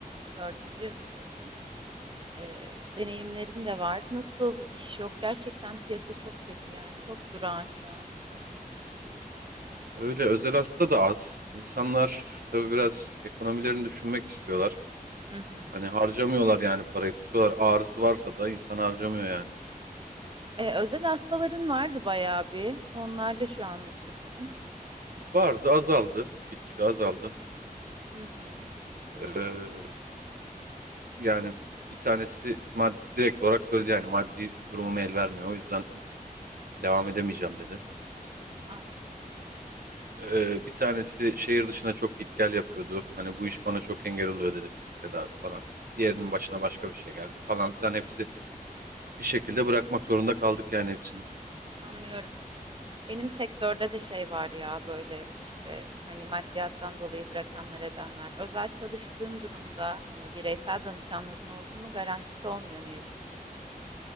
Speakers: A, on the right; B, on the right.
A: Dördüncü yılındasın. Ee, deneyimlerin de var. Nasıl iş yok? Gerçekten piyasa çok kötü yani. Çok durağan şu an.
B: Öyle özel hasta da az. İnsanlar tabii biraz ekonomilerini düşünmek istiyorlar.
A: Hı hı.
B: Hani harcamıyorlar yani parayı tutuyorlar. Ağrısı varsa da insan harcamıyor yani.
A: Ee, özel hastaların vardı bayağı bir. Onlarla şu an nasılsın?
B: Vardı azaldı. Gitgide azaldı.
A: Hı hı,
B: Ee, yani bir tanesi mad direkt olarak söyledi yani maddi durumum el vermiyor. O yüzden devam edemeyeceğim dedi.
A: anladım.
B: Ee, bir tanesi şehir dışına çok git gel yapıyordu. Hani bu iş bana çok engel oluyor dedi fizik tedavi falan. Diğerinin
A: Hı
B: başına
A: hı.
B: başka bir şey geldi falan filan hepsi bir şekilde bırakmak zorunda kaldık yani hepsini.
A: Anlıyorum. Benim sektörde de şey var ya böyle işte hani maddiyattan dolayı bırakanlar edenler. Özel çalıştığın durumda hani bireysel danışanların olduğu mu garantisi olmuyor ne yazık ki.